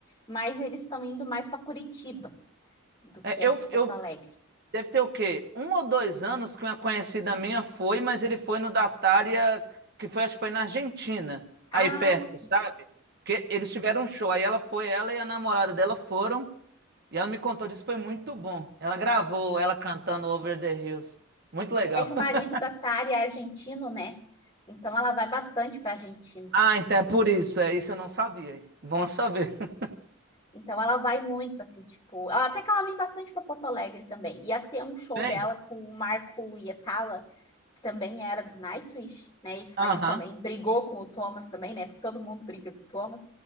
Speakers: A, on the left; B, on the right.
A: mas eles estão indo mais para Curitiba do que
B: É,
A: aqui
B: eu,
A: Porto
B: eu
A: Alegre.
B: deve ter o quê? Um ou dois anos que uma conhecida minha foi, mas ele foi no Datária, que foi, acho que foi na Argentina,
A: Ah,
B: aí perto,
A: sim.
B: sabe? Que eles tiveram um show, aí ela foi, ela e a namorada dela foram, e ela me contou disso, foi muito bom. Ela gravou ela cantando Over the Hills. Muito legal.
A: É que o
B: <laughs>
A: marido da Tari é argentino, né? Então ela vai bastante para Argentina.
B: Ah, então é por isso, é isso eu não sabia. Bom saber.
A: né?
B: <laughs>
A: Então ela vai muito, assim, tipo, ela- até que ela vem bastante para Porto Alegre também. Ia ter um show
B: Bem,
A: dela com o Marco Hietala, que também era do Nightwish, né? E saiu
B: aham.
A: também, brigou com o Thomas também, né? Porque todo mundo briga com o Thomas,